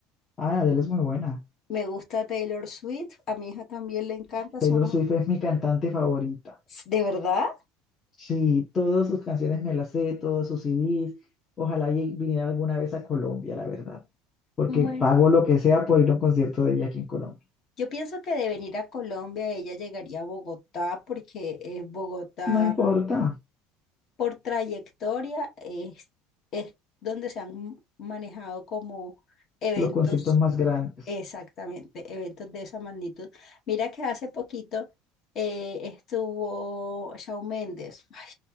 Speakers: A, on the left (about 20°); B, on the left (about 35°).
A: Ah, Adele es muy buena.
B: me gusta Taylor Swift, a mi hija también le encanta,
A: Taylor
B: somos,
A: Swift es mi cantante favorita.
B: ¿de verdad?
A: Sí, todas sus canciones me las sé, todos sus CDs. Ojalá y viniera alguna vez a Colombia, la verdad. Porque
B: Bueno,
A: pago lo que sea por ir a un concierto de ella aquí en Colombia.
B: yo pienso que de venir a Colombia ella llegaría a Bogotá porque eh, Bogotá
A: No importa,
B: por trayectoria es, es donde se han manejado como eventos
A: los conciertos más grandes.
B: Exactamente, eventos de esa magnitud. Mira que hace poquito eh, estuvo Shawn Mendes. Ay,